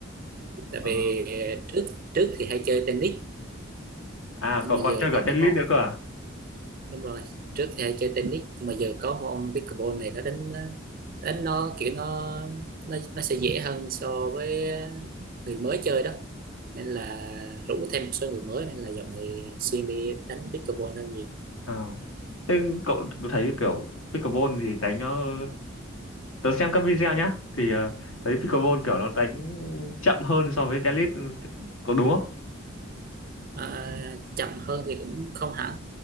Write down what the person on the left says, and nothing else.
ờ.
à,
cậu
còn
chơi cả
tennis
nữa cơ à?
Ờ. Thế cậu thấy kiểu pickleball thì đánh nó tớ xem các video nhá thì ờ, thấy pickleball kiểu nó đánh chậm hơn so với tennis có đúng không